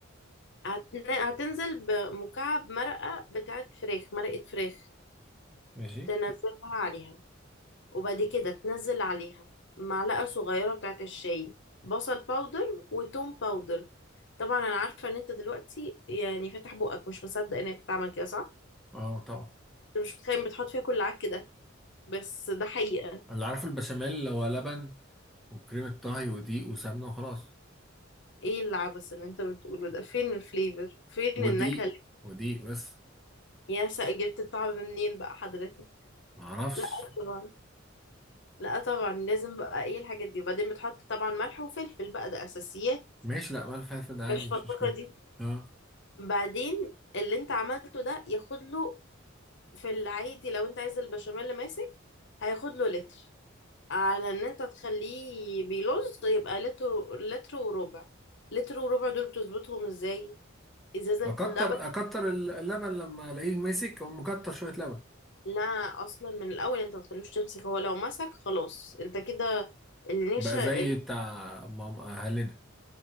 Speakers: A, on the left; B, in the centre.
A: هتن... هتنزل بمكعب مرقة بتاعت فراخ مرقة فراخ
B: ماشي
A: تنزلها عليها وبعد كده تنزل عليها معلقة صغيرة بتاعت الشاي بصل باودر وتوم باودر طبعا انا عارفة ان انت دلوقتي يعني فاتح بقك مش مصدق ان هي بتعمل كده صح
B: اه طبعا
A: انت مش متخيل بتحط فيها كل عك ده بس ده حقيقة
B: اللي عارف البشاميل اللي هو لبن وكريمة طهي ودقيق وسمنة وخلاص
A: ايه العبث اللي انت بتقوله ده فين الفليفر فين
B: ودقيق
A: النكهة
B: ودقيق بس
A: يا سا جبت الطعم منين بقى حضرتك
B: ما اعرفش
A: لا طبعا لا طبعا لازم بقى ايه الحاجات دي وبعدين بتحط طبعا ملح وفلفل بقى ده اساسيات
B: ماشي لا مال فلفل ده عادي
A: كشف
B: مش
A: الطاقه
B: مشكله
A: دي
B: اه
A: بعدين اللي انت عملته ده ياخد له في العادي لو انت عايز البشاميل اللي ماسك هياخد له لتر على ان انت تخليه بيلوز يبقى لتر لتر وربع لتر وربع دول بتظبطهم ازاي ازازه
B: اكتر
A: اللبن
B: اكتر اللبن لما الاقيه ماسك او مكتر شويه لبن
A: لا اصلا من الاول انت ما تخليهوش تمسك هو لو مسك خلاص انت كده النشا
B: بقى زي بتاع ماما اهلنا